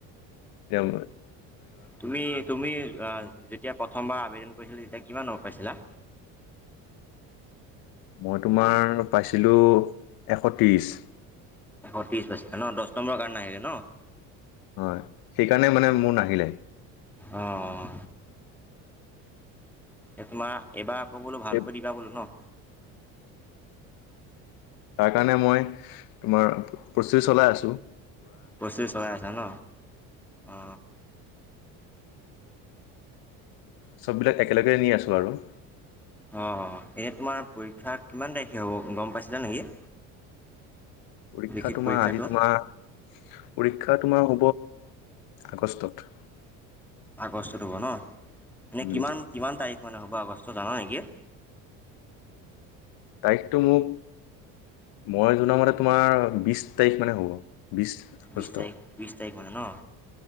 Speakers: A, on the left; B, in the centre.
A: মোৰ।
B: তুমি তুমি যেতিয়া প্ৰথমবাৰ আবেদন। কৰিছিলা তেতিয়া কিমান নম্বৰ পাইছিলা?
A: মই তোমাৰ পাইছিলোঁ এশ ত্ৰিশ।
B: এশ ত্ৰিশ পাইছিলা'ন দহ নম্বৰ কাৰণে নাহিলে ন?
A: হয় সেইকাৰণে মানে মোৰ নাহিলে।
B: অঁ এ তোমাৰ এবাৰ আকৌবোলো ভালকৈ
A: এই
B: দিবা বোলো ন?
A: তাৰ কাৰণে মই তোমাৰ প্ৰস্তুতি চলাই আছো।
B: প্ৰস্তুতি চলাই আছা ন অ
A: চব বিলাক একেলগে নি আছো আৰু।
B: অঁ এনেই তোমাৰ পৰীক্ষা কিমান তাৰিখে হ'ব গম পাইছিলা নেকি?
A: পৰীক্ষা
B: লিখিত
A: তোমাৰ
B: পৰীক্ষাটো
A: আজি তোমাৰ পৰীক্ষা তোমাৰ আগষ্টত।
B: আগষ্টত হ'ব ন এনেই
A: উম,
B: কিমান কিমান তাৰিখ হয় নহ'ব আগষ্ট জানা নেকি?
A: তাৰিখত ম মই জনামতে তোমাৰ বিশ তাৰিখ মানে হ'ব। বিছ আগষ্ট
B: বিশ তাৰিখ বিশ তাৰিখ মানে ন।